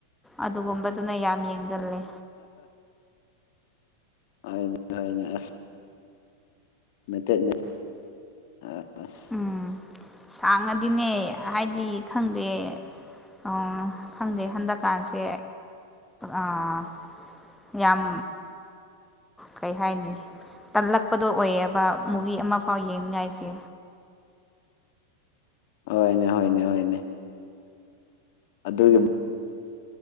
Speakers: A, in the centre; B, on the left.
A: ꯑꯗꯨꯒꯨꯝꯕꯗꯨꯅ ꯌꯥꯝ ꯌꯦꯡꯒꯜꯂꯦ
B: ꯍꯅꯦ ꯑꯁ ꯃꯦꯇꯦꯠꯅꯦ ꯑꯥꯁ
A: ꯎꯝ ꯁꯥꯡꯉꯗꯤꯅꯦ ꯍꯥꯏꯗꯤ ꯈꯪꯗꯦ ꯑꯣ ꯈꯪꯗꯦ ꯍꯟꯗꯛꯀꯥꯟꯁꯦ ꯑꯥ ꯌꯥꯝ ꯀꯩ ꯍꯥꯏꯅꯤ ꯇꯜꯂꯛꯄꯗꯣ ꯑꯣꯏꯌꯦꯕ ꯃꯨꯕꯤ ꯑꯃꯐꯥꯎ ꯌꯦꯡꯅꯤꯡꯉꯥꯏꯁꯦ
B: ꯍꯣꯏꯅꯦ ꯍꯣꯏꯅꯦ ꯍꯣꯏꯅꯦ ꯑꯗꯨ